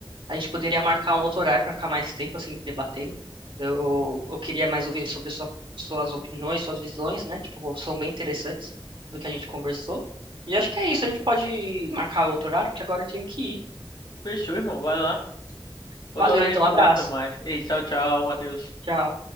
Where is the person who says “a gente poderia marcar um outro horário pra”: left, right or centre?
Right